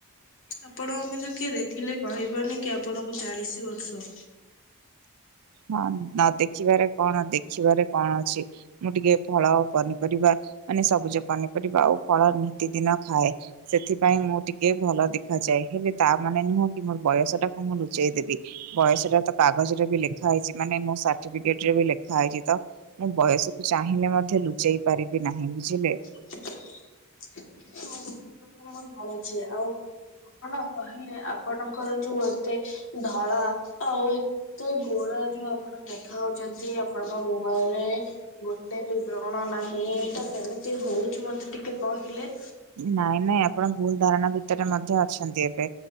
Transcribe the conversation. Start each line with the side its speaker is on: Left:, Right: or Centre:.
Left: ଆପଣଙ୍କୁ କିନ୍ତୁ କିଏ ଦେଖିଲେ କହିବନି କି ଆପଣଙ୍କୁ ଚାଳିଶ ବର୍ଷ!
Right: ହଁ ନ ଦେଖିବାରେ କଣ, ଦେଖିବାରେ କଣ ଅଛି। ମୁଁ ଟିକେ ଫଳ ପନିପରିବା, ମାନେ ସବୁଜ ପନିପରିବା ଆଉ ଫଳ ନିତିଦିନ ଖାଏ। ସେଥିପାଇଁ ମୁଁ ଟିକେ ଭଲ ଦେଖାଯାଏ, ହେଲେ ତା ମାନେ ନୁହଁ କି, ମୋର ବୟସ ଟାକୁ ମୁଁ ଲୁଚେଇ ଦେବି। ବୟସଟା ତ କାଗଜରେ ବି ଲେଖା ହେଇଚି, ମାନେ ମୋ ସାର୍ଟିଫିକେଟ୍ ରେ ବି ଲେଖା ହେଇଚି, ତ ମୁଁ ବୟସକୁ ଚାହିଁଲେ ମଧ୍ୟ ଲୁଚେଇ ପାରିବି ନାହିଁ, ବୁଝିଲେ?
Left: <unintelligible> <unintelligible> ମୁଁ ଜାଣିଚି, ଆଉ ଆପଣ କହିଲେ ଆପଣଙ୍କର ଯୋଉ ଏତେ ଧଳା ଆଉ ତ ଏଇ ଗୋରା ଯୋଉ ଆପଣ ଦେଖାହଉଚନ୍ତି, ଆପଣଙ୍କ ମୁହଁରେ ଗୋଟେ ବି ବ୍ରଣ ନାହିଁ, ତ କେମିତି ହଉଚି ମତେ ଟିକେ କହିଲେ?
Right: ନାଇଁ ନାଇଁ ଆପଣ ଭୁଲ ଧାରଣା ଭିତରେ ମଧ୍ୟ ଅଛନ୍ତି ଏବେ।